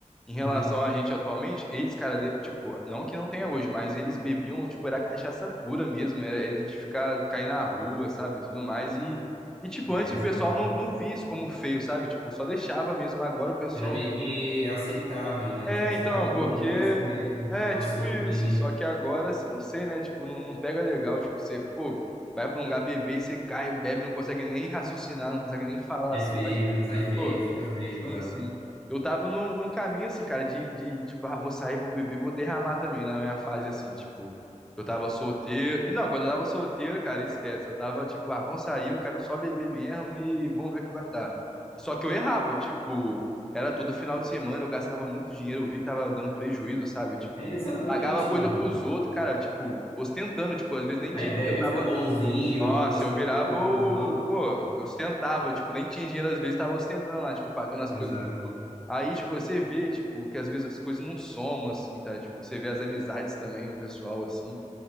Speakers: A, in the centre; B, on the left.
A: Em relação
B: Uhum.
A: a gente atualmente, eles, cara, de- tipo, não que não tenha hoje, mas eles bebiam, tipo, era cachaça pura mesmo, era, era de ficar, cair na rua, sabe, tudo mais, e, e tipo,
B: É,
A: antes
B: exato.
A: o pessoal não, não via isso como feio, sabe, tipo, só deixava mesmo, agora o pessoal...
B: Era meio que aceitável, né?
A: É,
B: Tipo assim,
A: então,
B: ah, bebeu
A: porque...
B: muito é assim mesmo, tipo,
A: É,
B: passou
A: tipo isso,
B: do limite.
A: só que agora, você não sei, né, tipo, não, não pega legal, tipo, você, pô, vai pra um lugar beber e você cai, bebe, não consegue nem raciocinar, não consegue nem falar,
B: É
A: assim,
B: feio, é- sai feio,
A: Pô,
B: fica feio
A: sim,
B: a parada.
A: sim. Eu tava num, num caminho assim, cara, de, de tipo, ah, vou sair, vou beber, vou derramar também na minha fase assim, tipo, eu tava solteiro. E não, quando eu tava solteiro, cara, esquece. Eu tava tipo, ah, vamos sair, eu quero só beber mesmo e vamos ver o que vai dar. Só que eu errava, tipo, era todo final de semana, eu gastava muito dinheiro, eu vi que tava dando prejuízo, sabe? Tipo,
B: É exatamente,
A: pagava coisa
B: mano.
A: pros outros, cara, tipo, ostentando, tipo, às vezes nem tinha,
B: Aí bebe
A: eu tava
B: e fica bonzinho,
A: nossa,
B: começa
A: eu
B: a fazer
A: virava
B: coisa
A: o.
B: pros outros.
A: Pô, eu ostentava, tipo, nem tinha dinheiro às vezes, tava ostentando lá, tipo, pagando as
B: Exato.
A: coisas. pro- pro- Aí, tipo, você vê, tipo, que às vezes as coisas não somam, assim, tá? Tipo, você vê as amizades também, o pessoal, assim.